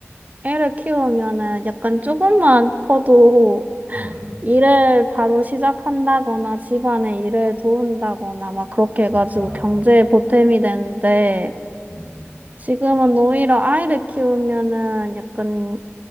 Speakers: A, on the right (about 35°); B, on the left (about 65°).
A: 애를 키우면은 약간 조금만 커도
B: 음,
A: 일을 바로 시작한다거나 집안의 일을 도운다거나 막 그렇게 해가지고
B: <laughs> 맞아, 맞아.
A: 경제에 보탬이 되는데,
B: 음,
A: 지금은 오히려 아이를 키우면은 약간